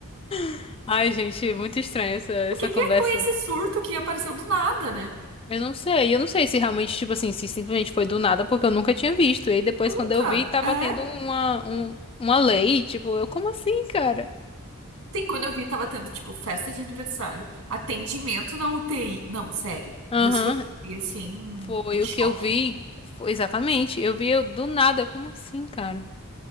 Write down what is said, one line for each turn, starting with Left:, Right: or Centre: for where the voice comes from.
Left: <laughs> Ai, gente, muito estranha essa, essa
Right: O que
Left: conversa.
Right: que foi esse surto que apareceu do nada, né?
Left: Eu não sei, eu não sei se realmente, tipo assim, se simplesmente foi do nada, porque eu nunca tinha visto. E aí depois,
Right: Nunca.
Left: quando eu vi, tava
Right: É.
Left: tendo uma, um- uma lei, tipo, eu, como assim, cara?
Right: Tem quando eu vi, tava tendo, tipo, festa de aniversário, atendimento na UTI. Não, sério.
Left: Aham,
Right: Isso eu fiquei, assim,
Left: Foi
Right: em choque.
Left: o que eu vi. Foi, exatamente. Eu vi eu, do nada. Eu, como assim, cara?